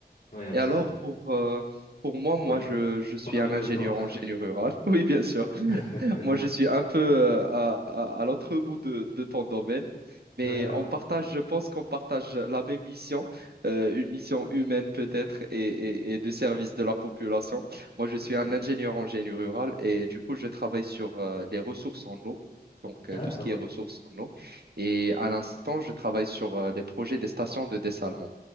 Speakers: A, on the left; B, on the right.
A: Oui, absolument.
B: Et alors, pour, euh, pour moi, moi,
A: Oui.
B: je, je suis
A: Parlons
B: un
A: de
B: ingénieur
A: toi.
B: en génie rural. <laughs> Oui, bien sûr.
A: <laughs>
B: Moi, je suis un peu euh, à, à- à l'autre bout de, de ton domaine, mais
A: D'accord.
B: on partage, je pense qu'on partage la même mission, euh, une mission humaine peut-être et, et, et de service de la population. Moi, je suis
A: Mhm.
B: un ingénieur en génie rural et du coup, je travaille sur euh, les ressources en eau, donc euh,
A: D'accord,
B: tout ce qui est ressources en eau. Et à l'instant, je travaille sur euh, les projets des stations de dessalement.